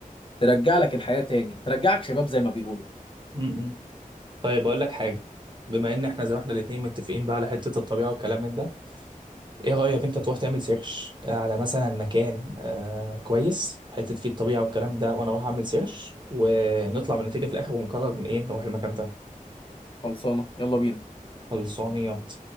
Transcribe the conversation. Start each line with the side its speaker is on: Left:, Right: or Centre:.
Left: ترجع لك الحياه تاني ترجعك شباب زي ما بيقولوا
Right: امم طيب اقول لك حاجه بما ان احنا زي ما احنا الاتنين متفقين بقى على حته الطبيعه والكلام من ده ايه رايك انت تروح تعمل سيرش على مثلا مكان آه كويس حته فيه الطبيعه والكلام ده وانا اروح اعمل سيرش ونطلع بنتيجه في الاخر ونقرر من ايه نروح المكان ده
Left: خلصانه يلا بينا
Right: خلصانيات